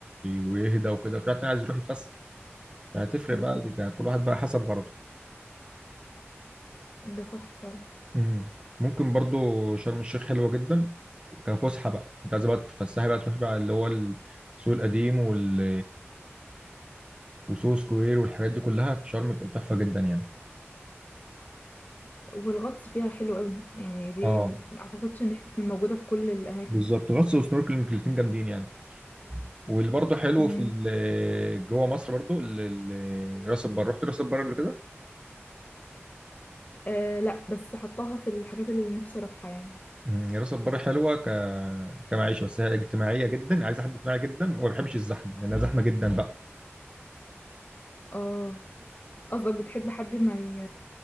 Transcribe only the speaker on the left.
ده
صح
ده صح فعلا
والغطس فيها حلو قوي يعني دي
م- اعتقدش ان هي بتكون موجودة في كل الاماكن
مم.
آه لا بس حطاها في الحاجات اللي نفسي اروحها يعني
اه قصدك بتحب حد ما ي...